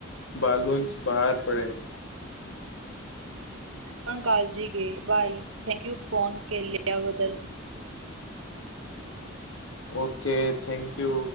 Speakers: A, on the left; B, on the right.
A: बलूनच बाहेर पडेल.
B: पण कालजी गे बाय. थॅंक यू फोन केलिया बदल.
A: Okay thank you.